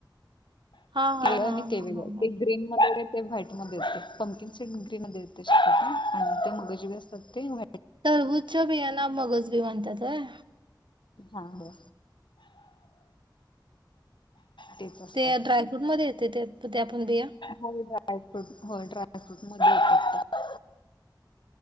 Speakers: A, on the right; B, on the left.
A: हा हा
B: हे आणि
A: हा
B: ते
A: हा
B: वेगळ
A: हा
B: ते
A: हा
B: ग्रीन मध्येैरे ते व्हाईटध्ये येतात. पंकिन सीड ग्रीन मध्ये येते. ते मगजी बी असत ते व
A: टरबूज च च्या बीया. ना मगज भी म्हणतात व्हय?
B: हा हो. तेच असतात
A: ते ड्रायफ्रूट मध्ये येते ते ते त्यापण बिया?
B: होय ड्रायफ्रूट हो ड्रायफ्रूटमध्ये येतात.